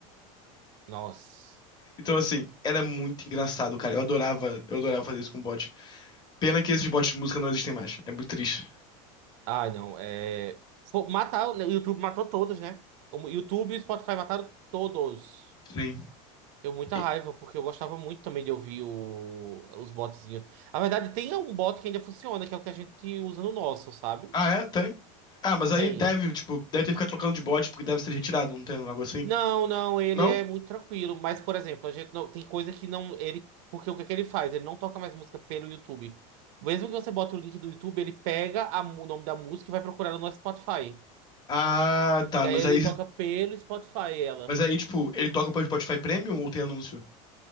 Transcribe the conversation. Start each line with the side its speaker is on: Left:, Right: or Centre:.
Right: Nossa.
Left: Então, assim, era muito engraçado, cara. Eu adorava, eu adorava fazer isso com bot. Pena que esses bots de música não existem mais. É muito triste.
Right: Ah, não. É. Fo- Matar, o YouTube matou todos, né? O YouTube e o Spotify mataram todos.
Left: Sim.
Right: Deu muita
Left: E-
Right: raiva, porque eu gostava muito também de ouvir o- os botzinhos. Na verdade, tem um bot que ainda funciona, que é o que a gente usa no nosso, sabe?
Left: ah, é? Tem? Ah, mas aí
Right: Tem.
Left: deve, tipo, deve ter que ficar trocando de bot porque deve ser retirado, não tem um algo assim?
Right: Não, não, ele
Left: Não?
Right: é muito tranquilo. Mas, por exemplo, a gente não tem coisa que não ele porque o que é que ele faz? Ele não toca mais música pelo YouTube. Mesmo que você bota o link do YouTube, ele pega a mu- o nome da música e vai procurar no nosso Spotify.
Left: Ah, tá,
Right: E aí
Left: mas
Right: ele
Left: aí,
Right: toca pelo Spotify ela.
Left: mas aí, tipo, ele toca pelo Spotify Premium ou tem anúncio?